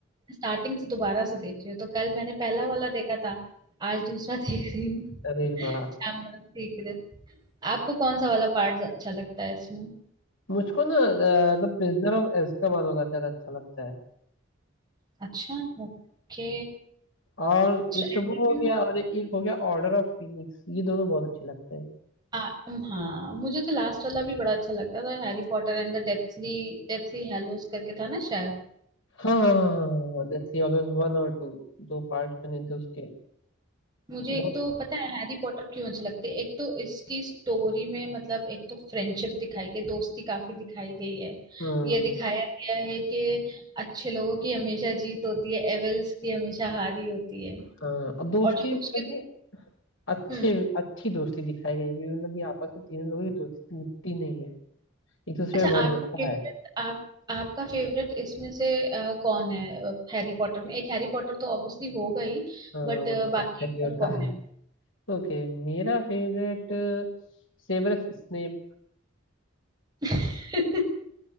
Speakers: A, on the right; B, on the left.
A: स्टार्टिंग से दोबारा से देख रही हूँ तो कल मैंने पहला वाला देखा था आज दूसरा <laughs> देख रही हूँ
B: अरे वाह
A: Chamber of Secret आपको कौन सा वाला पार्ट अच्छा लगता है इसमें
B: मुझको ना द प्रिजनर ऑफ एazkaबान वाला ज्यादा अच्छा लगता है
A: अच्छा ओके
B: और एक
A: सो
B: तो
A: ऐसा
B: वो हो
A: क्यों
B: गया और एक हो गया ऑर्डर ऑफ फिनिक्स ये दोनों बहुत अच्छे लगते हैं
A: आ, अम, हाँ मुझे तो लास्ट वाला भी बड़ा अच्छा लगता था Harry Potter and the deathly deathly hallows करके था ना शायद
B: हाँ दैट्स ऑलवेज वन और टू दो पार्ट बने थे उसके
A: मुझे
B: बहुत
A: एक तो पता है हैरी पॉटर क्यों अच्छी लगती है एक तो इसकी स्टोरी में मतलब एक तो फ्रेंडशिप दिखाई गई दोस्ती काफी दिखाई गई है
B: हम्म
A: ये दिखाया गया है कि अच्छे लोगों की हमेशा जीत होती है एविल्स की हमेशा हार ही होती है
B: हाँ अब दोस्ती
A: और जो
B: मतलब
A: उसके
B: कि अच्छे
A: हम्म
B: अच्छी दोस्ती दिखाई गई है मतलब कि आपस में तीनों लोगों की दोस्ती टूटती नहीं है एक दूसरे
A: अच्छा
B: में
A: आपका
B: भरोसा
A: फेवरेट
B: है
A: आप आपका फेवरेट इसमें से अ, कौन है हैरी पॉटर में एक हैरी पॉटर तो ऑब्वियसली होगा ही
B: हाँ
A: बट
B: वो तो
A: बाकी
B: सबका ही होता
A: और कौन
B: है
A: है
B: ओके मेरा फेवरेट सेवरस स्नेप
A: <laughs>